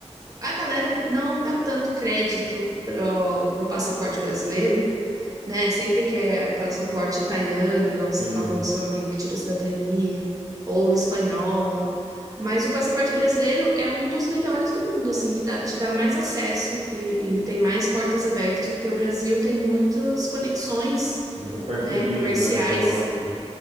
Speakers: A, on the right; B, on the right.
A: A galera não dá tanto crédito pro, pro passaporte brasileiro, né? Sempre quer o passaporte italiano, igual você
B: Sim,
A: falou do seu amigo que tirou cidadania, ou o espanhol. Mas o passaporte brasileiro é um dos melhores do mundo, assim, que dá- te dá mais acesso e, e tem mais portas abertas, porque o Brasil tem muitas conexões,
B: muitas parcerias,
A: né, comerciais,
B: né, econômicas.